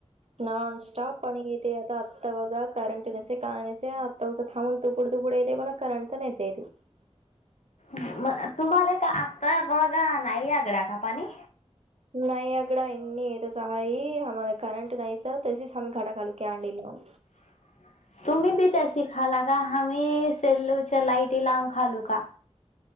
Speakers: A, on the right; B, on the left.
A: नॉन स्टॉप पाणी येते आता <unintelligible>
B: मग तुम्हाला का आत्ता मघा नाही आगडा का पाणी.
A: नाही अगडा इनी येतचहाई हमला करंट नाही सर तसच हम घाटा खालू क आंडीला. ह.
B: <unintelligible> तुम्ही बी त्याशी खाला का आम्ही सेल्लोच्या लाईटी लावून खालू का?